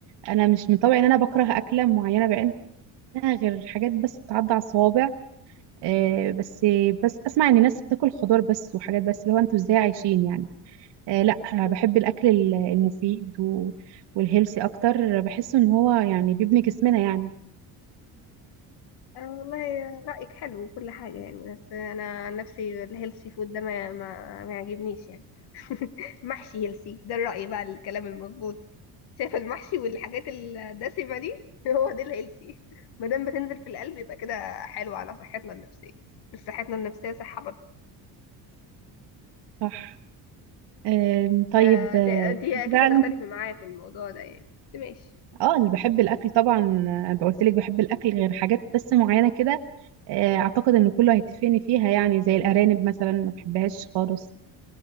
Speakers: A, on the right; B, on the left.
A: انا مش من طبعي ان انا بكره اكله معينه بعينها غير حاجات بس بتعدي على الصوابع آه بس بس اسمع ان ناس بتاكل خضار بس وحاجات بس اللي هو انتوا ازاي عايشين يعني آه لا
B: مم.
A: بحب الاكل ال- المفيد و- والهيلثي اكتر بحس ان هو يعني بيبني جسمنا يعني
B: آه والله رأيك حلو وكل حاجة يعني بس انا عن نفسي الهيلثي فود ده ما ما, ما يعجبنيش يعني <laughs> محشي هيلثي ده الرأي بقى الكلام المظبوط شايفة المحشي والحاجات الدسمة دي <laughs> هو ده الهيلثي ما دام بتنزل في القلب يبقى كده حلو على صحتنا النفسية مش صحتنا النفسية صحة برضه
A: صح آم، طيب
B: فانت
A: آه،
B: اكيد
A: بقى
B: هتختلفي معايا في الموضوع ده يعني بس ماشي
A: اه اللي بحب الاكل طبعا آه، انا قلت لك بحب الاكل غير حاجات بس معينه كده آه، اعتقد ان كله هيتفقني فيها يعني زي الارانب مثلا ما بحبهاش خالص